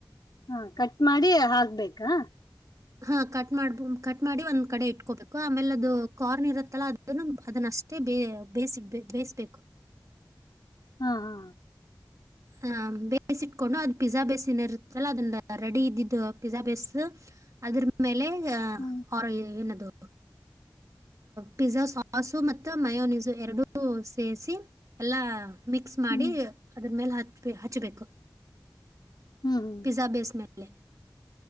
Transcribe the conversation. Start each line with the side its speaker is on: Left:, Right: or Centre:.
Left: ಹಾ ಕಟ್ ಮಾಡಿ ಹಾಕ್ಬೇಕಾ
Right: ಹಾ ಕಟ್ ಮಾಡ್ಬ ಕಟ್ ಮಾಡಿ ಒಂದ್ ಕಡೆ ಇಟ್ಕೋಬೇಕು ಆಮೇಲೆ ಅದು ಕಾರ್ನ್ ಇರುತ್ತಲ್ಲ ಅದನ್ನು ಅದನ್ನಷ್ಟೇ ಬೇ ಬೇಯಿಸಿಡ್ಬ ಬೇಯಿಸ್ಬೇಕು
Left: ಹಾ ಹಾ
Right: ಆಹ ಬೇಸ್ ಇಟ್ಕೊಂಡು ಅದ್ ಪಿಜ್ಜಾ ಬೇಸ್ ಏನ ಇರುತ್ತಲ್ಲ ಅದನ್ನ ರೆಡಿ ಇದ್ದಿದ್ದು ಪಿಜ್ಜಾ ಬೇಸ್ ಅದ್ರ ಮೇಲೆ <unintelligible>
Left: ಹ್ಮ್
Right: ಏನದು ಪಿಜ್ಜಾ ಸಾಸ ಮತ್ತು ಮಯೋನೀಸು ಎರಡೂ ಸೇರಿಸಿ ಎಲ್ಲ ಮಿಕ್ಸ್ ಮಾಡಿ
Left: ಹ್ಮ್
Right: ಅದ್ರ ಮೇಲೆ ಹಾಕ ಅಷ್ಟೇ ಹಚ್ಬೇಕು
Left: ಹ್ಮ್
Right: ಪಿಝಾ ಬೇಸ್ಮಲ ಹ <unintelligible>